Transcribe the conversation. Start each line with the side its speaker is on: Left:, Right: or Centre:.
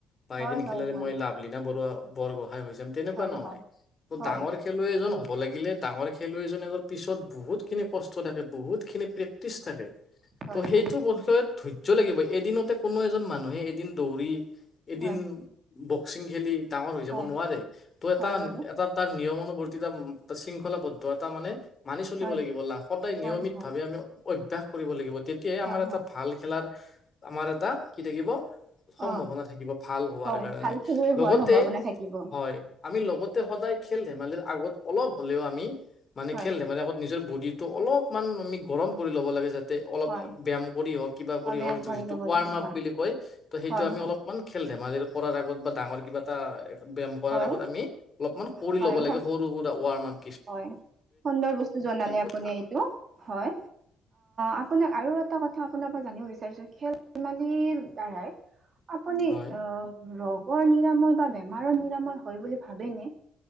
Left: বাইকিন
Right: হয় হয়
Left: খেলে
Right: হয়
Left: মই লাভলিনা বৰুৱা বৰগ সহায় হৈছে তেনেকুৱা
Right: হয়
Left: নহয়
Right: হয়
Left: ত
Right: হয়
Left: ডাঙৰ খেলুৱৈ এজন হ'ব হ'ব লাগিলে ডাঙৰ খেলুৱৈ এ পিছত বহুতখিনি কষ্ট থাকে বহুতখিনি প্ৰে ত্ৰিশ থাকে
Right: হয়
Left: ত' সেইটো
Right: হয়
Left: বছত ধৈৰ্য্য লাগিব এদিনতে কোনো এজন মানুহে এদিন দৌৰি এদিন
Right: হয়
Left: বক্সিং খেলি ডাঙৰ হৈ
Right: হয়
Left: যাব নোৱাৰে ত' এটা
Right: হয় বাৰু
Left: এটা তাৰ নিয়মুবৰ্ত শৃংখলাবদ্ধ এটা মানে মানি চলিব
Right: হয়
Left: লাগিব লা সদায়
Right: হয়
Left: নিয়মিতভাৱে
Right: হয়
Left: আমি অভ্যাস কৰিব লাগিব তেতিয়াই
Right: হয়
Left: আমাৰ এটা
Right: হয়
Left: ভাল খেলাৰ আমাৰ এটা কি থাকিব সম্ভাৱনা
Right: অ
Left: থাকিব। ভাল হোৱাৰ
Right: হয়
Left: কাৰণে
Right: ভাল খেলুৱৈ হোৱাৰ
Left: লগতে
Right: সম্ভাৱনা থাকিব
Left: হয় আমি আগতে সদায় খেল ধেমালিৰ আগত অলপ হলেও আমি মানে
Right: হয়
Left: খেল ধেমালিৰ আগত নিজৰ বু দিটো অলপমান আমি গৰম কৰি ল'ব লাগে যাতে অলপ
Right: হয়
Left: ব্যয়াম কৰি হওক কিবা কৰি
Right: অ ব্যায়াম
Left: হওক যিটো
Right: ল'ব
Left: ৱাৰ্ম
Right: লাগে হয়
Left: আপ বুলি কয় ত সেইটো
Right: হয়
Left: আমি
Right: হয়
Left: অলপমান ধেমালি কৰাৰ আগত বা ডাঙৰ কিবা এটা ব্যয়াম কৰাৰ
Right: হয়
Left: আগত আমি অলপমান কৰি
Right: হয়
Left: ল'ব লাগে
Right: হয়
Left: সৰু সুৰা ৱাৰ মাপ
Right: হয় সুন্দৰ বস্তু জনালে আপুনি
Left: কথা
Right: এইটো হয়। আপোনাক আৰু এটা কথা আপোনাৰ পৰা জানিব বিচাৰছো খেল ধমালিৰ দ্বাৰাই আপুনি
Left: হয়
Right: অ, ৰোগৰ নিৰাময় বা বেমাৰৰ নিৰাময় হয় বুলি ভাবেনে